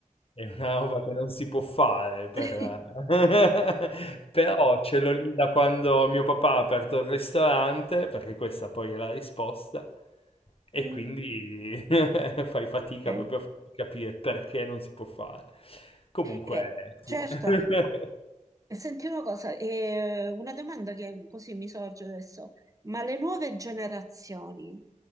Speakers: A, on the left; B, on the right.
A: È una roba che non si può fare, per...
B: Sì.
A: <laughs> però ce l'ho lì da quando mio papà ha aperto il ristorante, perché questa poi è la risposta, e
B: Mm,
A: quindi <laughs> fai fatica
B: eh,
A: proprio a farti capire perché non si può fare. Comunque,
B: eh, certo,
A: sì. <laughs>
B: E Senti una cosa, e una domanda che così mi sorge adesso, ma le nuove generazioni